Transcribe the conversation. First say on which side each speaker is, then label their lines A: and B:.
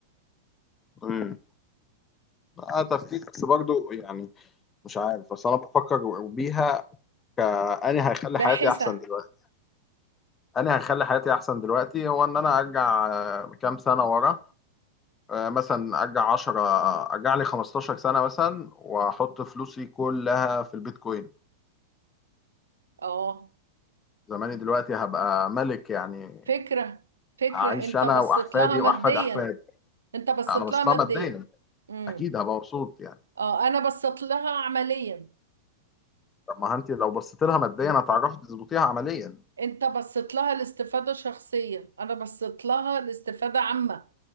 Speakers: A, on the left; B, on the right.
A: امم. اه تفكير بس برضو يعني مش عارف بس انا بفكر بيها كأني هيخلي
B: باحثة
A: حياتي احسن دلوقتي انا هيخلي حياتي احسن دلوقتي هو ان انا ارجع آه، كام سنه ورا آه، مثلا ارجع 10 ارجع لي 15 سنه مثلا واحط فلوسي كلها في البيتكوين
B: اه
A: زماني دلوقتي هبقى ملك يعني
B: فكرة فكرة
A: هعيش
B: انت
A: انا
B: بصيت
A: واحفادي
B: لها ماديا
A: واحفاد احفادي
B: انت بصيت
A: انا بصيت
B: لها ماديا
A: لها ماديا
B: امم
A: اكيد هبقى مبسوط يعني
B: اه انا بصيت لها عمليا
A: طب ما انت لو بصيت لها ماديا هتعرفي تظبطيها عمليا
B: انت بصيت لها لاستفادة شخصية انا بصيت لها لاستفادة عامة